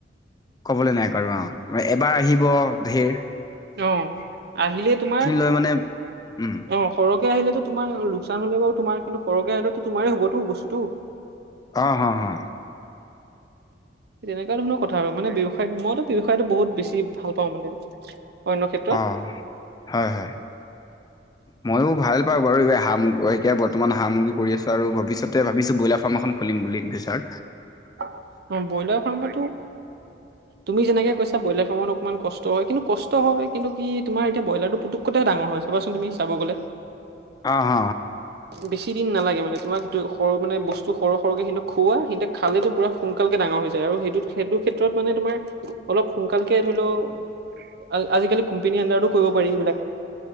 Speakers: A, on the left (about 20°); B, on the right (about 60°).
A: কবলৈ নাই কাৰো অ',। এবাৰ আহিব ধেৰ
B: অ', আহিলে তোমাৰ অ',
A: লৈ মানে উম,
B: সৰহকে আহিলেতো তোমাৰ লোকচান হলে বাৰু তোমাৰ কিন্তু সৰহকৈ আহিলেও তোমাৰেই হ'বতো বস্তুতটো
A: আহ, হা, হা,
B: তেনেকুৱা ধৰণৰ কথা আৰু মানে ব্যয়ৱসায়ত মইতো ব্যৱসায়তটো বহুত বেছি ভাল পাওঁ মানে অন্য ক্ষেত্ৰত
A: অ', হয়, হয়, ময়ো ভাল পাওঁ বাৰু <unintelligible> অ' এতিয়া বৰ্তমান সা-সামগ্ৰী কৰি আছোঁ আৰু ভৱিষ্যতে ভাবিছোঁ ব্ৰইলাৰ ফাৰ্ম এখন খুলিম বুলি ইন ফিউচাৰ।
B: অ', ব্ৰইলাৰ ফাৰ্মো তুমি যেনেকে কৈছা ব্ৰইলাৰ ফাৰ্মত অকমান কষ্ট হয়। কিন্তু কষ্ট হয়, কিন্তু কি তোমাৰ এতিয়া ব্ৰইলাৰটো পুতুক্কতে ডাঙৰ হয় চাবাচোন তুমি, চাব গ'লে।
A: হ, হ,
B: বেছি দিন নালাগে মানে। তোমাক সৰ- মানে বস্তু সৰহ - সৰহকৈ কিন্তু খুওৱা, সিহঁতে খালেটো পূৰা সোনকালকে ডাঙৰ হৈ যায় আৰু সেইটো সেইটো ক্ষেত্ৰত মানে তোমাৰ অলপ সোনকালকে ধৰি লও আ- আজিকালি কোম্পানী আণ্ডাৰতো কৰিব পাৰি সেইবিলাক।